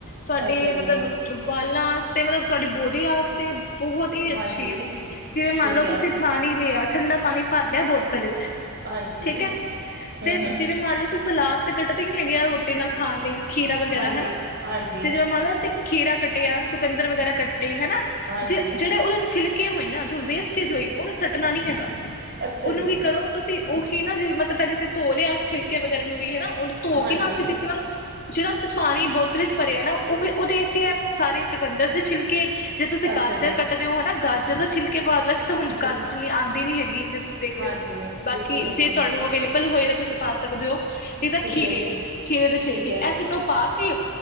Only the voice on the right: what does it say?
ਅੱਛਾ ਜੀ
ਹਾਂਜੀ
ਠੀਕ
ਹੈ
ਹਾਂਜੀ
ਹੂੰ
ਹੂੰ
ਹਾਂਜੀ
ਹਾਂਜੀ
ਹਾਂਜੀ
ਅੱਛਾ
ਜੀ
ਹਾਂਜੀ
ਅੱਛਾ
ਜੀ
ਠੀਕ
ਹਾਂਜੀ
ਬਿਲਕੁਲ ਬਿਲਕੁਲ
ਠੀਕ
ਹੈ ਜੀ
ਠੀਕ ਹੈ